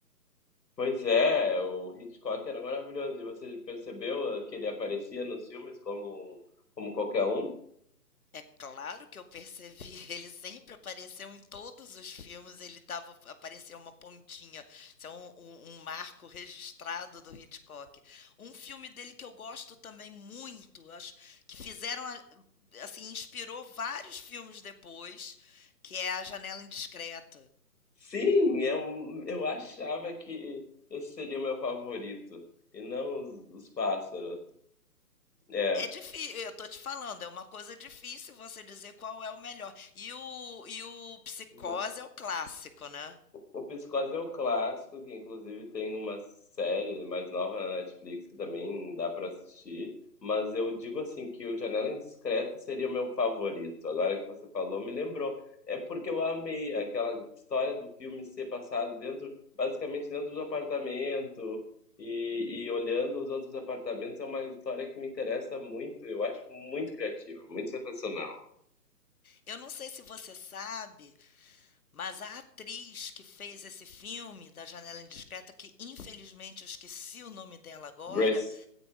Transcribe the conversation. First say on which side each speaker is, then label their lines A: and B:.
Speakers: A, on the left; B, on the left.
A: Pois é, o Hitchcock era maravilhoso. E você percebeu eh, que ele aparecia nos filmes como, como qualquer um?
B: É claro que eu percebi, <laughs> ele sempre apareceu em todos os filmes, ele tava, apareceu uma pontinha, isso é um, um- um marco registrado do Hitchcock. Um filme dele que eu gosto também muito, acho que fizeram, a- assim, inspirou vários filmes depois, que é A Janela Indiscreta.
A: Sim, eu, eu achava que esse seria o meu favorito, e não os, os pássaros. É,
B: É difícil, eu tô te falando, é uma coisa difícil você dizer qual é o melhor. E o, e o Psicose
A: não.
B: é o clássico, né?
A: O Psicose é o clássico, que inclusive tem uma série mais nova na Netflix que também dá pra assistir, mas eu digo assim que o Janela Indiscreta seria o meu favorito. Agora que você falou, me lembrou. É porque eu amei aquela história do filme ser passado dentro, basicamente dentro do apartamento e, e olhando os outros apartamentos. É uma história que me interessa muito. Eu acho muito criativa, muito sensacional.
B: Eu não sei se você sabe, mas a atriz que fez esse filme da Janela Indiscreta, que infelizmente eu esqueci o nome dela agora,
A: Grace